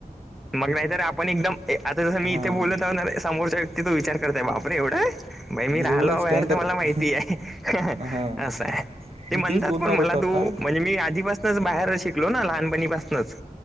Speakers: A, in the centre; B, on the right.
A: मग नाहीतर आपण एकदम आता जसं मी
B: हां
A: इथे बोलत आहो ना समोरच्या. किती तो विचार करताय बापरे, एवढं म मी
B: एवढं
A: राहिलो बाहेर
B: स्टँडर्ड
A: तर मला माहिती हाय.
B: हां
A: आस हाय. ते
B: मी
A: म्हणतात
B: तेच बोलणार
A: पण मला
B: होतो आता
A: तू, म्हणजे मी आधीपासनच बाहेर शिकलो ना लहानपणीपासनच